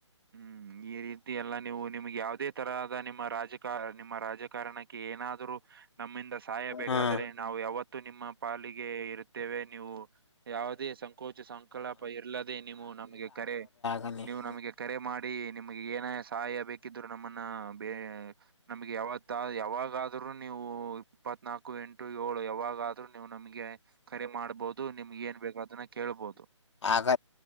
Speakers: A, on the right; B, on the left.
A: ಹ್ಮ್- ಈ ರೀತಿ ಎಲ್ಲ ನೀವು ನಿಮ್ಗೆ ಯಾವವುದೇ ತರಹದ ನಿಮ್ಮ ರಾಜಕಾರ ನಿಮ್ಮ ರಾಜಕಾರಣಕ್ಕೆ ಏನಾದರೂ - ನಮ್ಮಿಂದ ಸಾಯಬೇಕಾದ್ರೆ
B: ಹಾ
A: ನಾವು ಯಾವತ್ತು ನಿಮ್ಮ ಪಾಲಿಗೆ ಇರುತ್ತೇವೆ ನೀವು- ಯಾವುದೇ ಸಂಕೋಚ ಸಂಕಲಾಪ ಇರ್ಲ್ಲದೆ ನೀವು ನಮ್ಗೆ ಕರೆ-
B: ಮನೆ
A: ನೀವು
B: -
A: ನಮಗೆ ಕರೆ ಮಾಡಿ ನಿಮ್ಗೆ ಏನ ಸಹಾಯ ಬೇಕಿದ್ರು ನಮ್ಮನ್ನ ಬೇ- ನಮ್ಗೆ ಯಾವತ್ತ ಯಾವಾಗಾದ್ರೂ ನೀವು ಇಪ್ಪತ್- ನಾಲ್ಕು ಎಂಟು ಏಳು ಯಾವಾಗಾದ್ರೂ ನೀವು ನಮಗೆ- ಕರೆ ಮಾಡ್ಬೋದು ನಿಮ್ಗೆ ಏನ್ ಬೇಕ ಅದನ್ನ ಕೇಳ್ಬೋದು-
B: ಆಗ